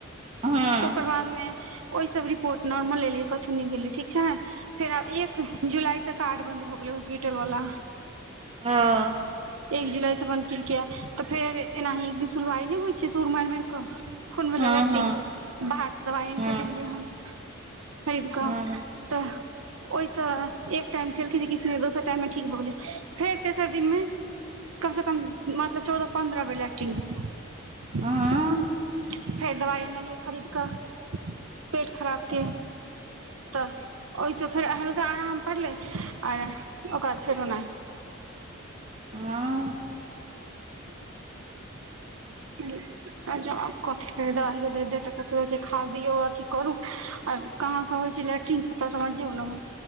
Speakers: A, on the right; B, on the right.
A: हँ
B: ओकर बाद ओहि सब रिपोर्ट नॉर्मल एलै कथु नय भेलै ठीक छैन। फेर आब एक जुलाई सऽ- कार्ड बन्द भऽ गेले हॉस्पिटल वला
A: हँ
B: एक जुलाई से बन केलके तऽ फेर एनाही एक दिन सुुलवाइ नहि होइ छै सुल माऽइर खून वला
A: हँ
B: लेट्रीन
A: हँ
B: बाहर सऽ दबाइ आनि
A: हँ
B: कऽ देलियै हन। खरीद कऽ
A: हँ
B: तऽ ओहिसँ एक टाइम खेलखिन किछ नऽ भेल फेर दोसर टाइम मे ठीक भऽ गेलै फेर दोसर दिनमे कम से कम मतलब चौदह पन्द्रह बेर लै <unintelligible>
A: हँ
B: फेर दवाइ अनलियै खरीद करऽ पेट खराब के तऽ ओहिसँ फेर हल्का आराम पड़लै आर ओकर बाद फेर ओनाहीं।
A: आँ
B: <unintelligible> जब कथि दइ दे दे तऽ कथ हो छै खाादियऔ अथि करू आर कहाँ सऽ होइ छै लेट्रिन कता समझौ ने हो